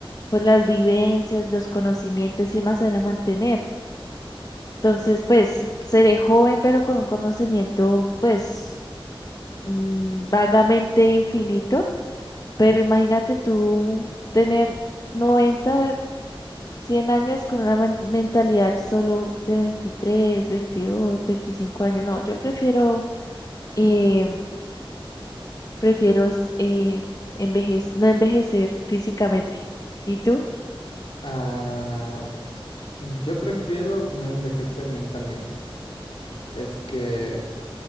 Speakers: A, on the left; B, on the left.
A: pues las vivencias, los conocimientos y más se van a mantener. Entonces, pues seré joven, pero con un conocimiento, pues mm, vagamente infinito. Pero imagínate tú tener noventa, cien años con una men- mentalidad solo de 23, 22, 25 años. No, yo prefiero, eh, prefiero eh, envejec- no envejecer físicamente. ¿Y tú?
B: Ah, yo prefiero no envejecer mentalmente. Es que